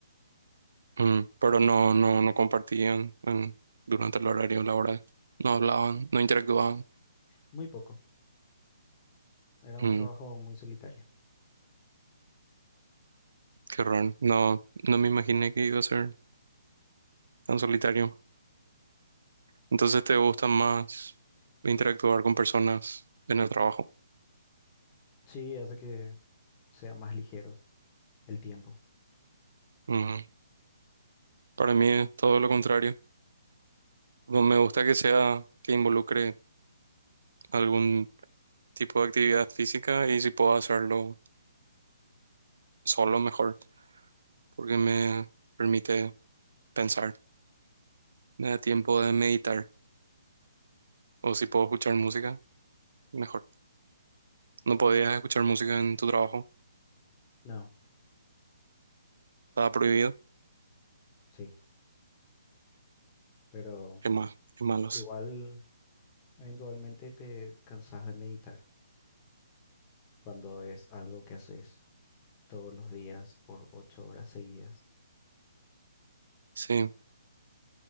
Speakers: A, on the right; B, on the left.
A: Mm, pero no, no, no compartían en- durante el horario laboral. No hablaban, no interactuaban.
B: Muy poco. Era
A: Mm,
B: un trabajo muy solitario.
A: qué raro. No, no me imaginé que iba a ser tan solitario. Entonces te gusta más interactuar con personas en el trabajo.
B: Sí, hace que sea más ligero el tiempo.
A: Ujú. Para mí es todo lo contrario. No me gusta que sea que involucre algún tipo de actividad física y si puedo hacerlo solo mejor, porque me permite pensar. me da tiempo de meditar. O si puedo escuchar música, mejor. No podías escuchar música en tu trabajo,
B: No.
A: estaba prohibido.
B: Sí, pero
A: Qué más, qué malos.
B: igual eventualmente te cansas de meditar cuando es algo que haces todos los días por ocho horas seguidas.
A: Sí, o